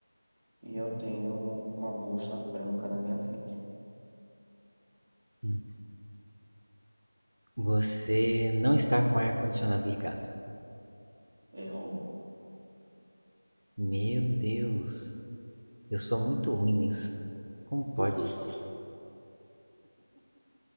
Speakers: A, on the right; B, on the right.
A: E eu tenho uma bolsa branca na minha frente.
B: hum. Você não está com o ar-condicionado ligado.
A: Errou.
B: Meu Deus, eu sou muito ruim nisso. Como pode?
A: <laughs>